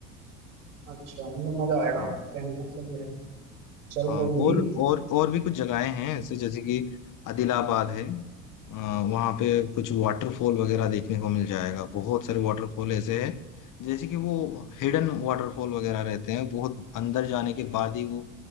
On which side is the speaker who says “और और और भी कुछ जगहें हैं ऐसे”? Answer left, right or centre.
Left